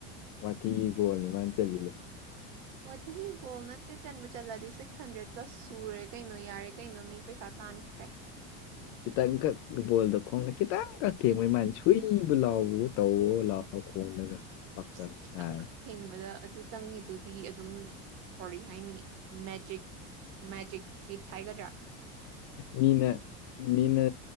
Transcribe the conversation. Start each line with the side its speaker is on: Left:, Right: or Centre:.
Left: ꯋꯥꯊꯤꯒꯤ ꯒꯣꯜꯅꯦ ꯃꯥꯟ ꯆꯜꯂꯤꯗꯣ
Right: ꯋꯥꯊꯤꯒꯤ ꯒꯣꯜ ꯅꯠꯇꯦ ꯆꯟꯕꯨ ꯆꯠꯂꯗꯤ ꯁꯤꯛꯁ ꯍꯟꯗ꯭ꯔꯦꯠ ꯄ꯭ꯂꯁ ꯁꯨꯔꯦ ꯀꯩꯅꯣ ꯌꯥꯔꯦ ꯀꯩꯅꯣ ꯃꯤ ꯄꯩꯁꯥ ꯇꯥꯟꯈ꯭ꯔꯦ
Left: ꯈꯤꯇꯪꯈꯛ ꯕꯣꯜꯗ ꯈꯣꯡꯅ ꯈꯤꯇꯪꯈꯛ ꯊꯦꯡꯕꯩ ꯃꯥꯅ ꯁꯨꯏꯕꯨ ꯂꯥꯎꯕꯋꯣ ꯇꯧ ꯂꯥꯎ ꯂꯥꯎ ꯈꯣꯡꯗꯅ ꯄꯛꯇꯝ
Right: ꯑꯁ ꯈꯤꯇꯪꯈꯛ
Left: ꯅꯥꯔꯦ
Right: ꯊꯦꯡꯕꯗ ꯑꯗꯨ ꯆꯪꯉꯤꯗꯨꯗꯤ ꯑꯗꯨꯝ ꯀꯣꯔꯤ ꯍꯥꯏꯅꯤ ꯃꯦꯖꯤꯛ ꯃꯦꯖꯤꯛ ꯐꯤꯠ ꯍꯥꯏꯒꯗ꯭ꯔꯥ
Left: ꯃꯤꯅ ꯃꯤꯅ